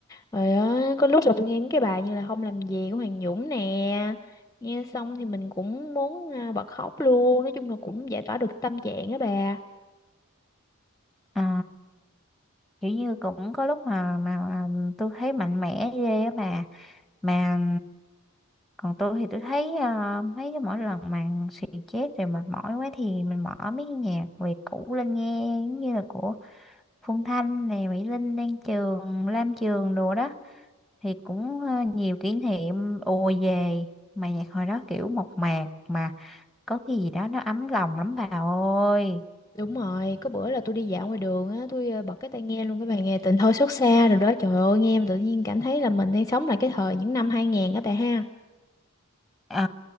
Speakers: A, on the left; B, in the centre.
A: rồi á, có lúc là tôi nghe mấy cái bài như là không làm gì của Hoàng Dũng nè nghe xong thì mình cũng muốn à, bật khóc luôn nói chung là cũng giải tỏa được tâm trạng á bà
B: à, kiểu như cũng có lúc mà mà, mà tôi thấy mạnh mẽ ghê á bà mà còn tôi thì tôi thấy ờ, mấy cái mỗi lần mà xì chết rồi mệt mỏi quá thì mình mở mấy cái nhạc về cũ lên nghe giống như là của Phương Thanh này Mỹ Linh Đan Trường Lam Trường đồ đó thì cũng ờ, nhiều kỷ niệm ùa về mà nhạc hồi đó kiểu mộc mạc mà có cái gì đó nó ấm lòng lắm bà ơi
A: đúng rồi có bữa là tôi đi dạo ngoài đường á tôi ờ, bật cái tai nghe luôn cái bài nghe tình thôi xót xa rồi đó trời ơi nghe mà tự nhiên cảm thấy là mình đang sống lại cái thời những năm 2000 á bà ha
B: ờ